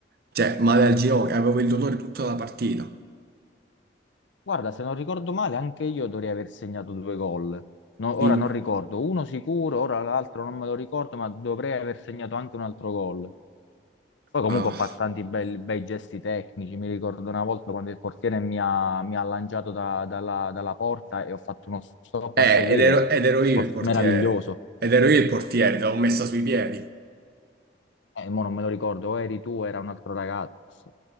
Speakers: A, on the right; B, on the left.
A: Cioè, male al ginocchio, avevo il dolore tutta la partita.
B: Guarda, se non ricordo male, anche io dovrei aver segnato due gol. No, ora
A: Sì.
B: non ricordo, uno sicuro, ora l'altro non me lo ricordo, ma dovrei aver segnato anche un altro gol. Poi comunque
A: Ah.
B: ho fatto tanti bei, bei gesti tecnici, mi ricordo una volta quando il portiere mi ha, mi ha lanciato da- dalla, dalla porta e ho fatto uno stop
A: Eh,
B: a seguire,
A: ed ero, ed ero io il portiere.
B: meraviglioso.
A: Ed ero io il portiere, te l'avevo messa sui piedi.
B: Eh, mo non me lo ricordo, o eri tu o era un altro ragazzo,